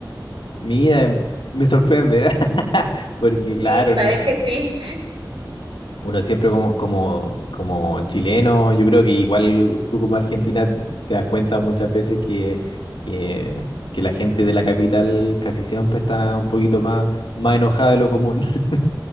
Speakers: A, on the left; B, on the right.
A: Mira, em- me sorprende, <laughs> porque
B: Sí,
A: claro,
B: ¿sabes
A: no.
B: que sí?
A: Uno siempre como, como, como chileno, yo creo que igual tú como Argentina te das cuenta muchas veces que, que, que la gente de la capital casi siempre está un poquito más, más enojada de lo común. <laughs>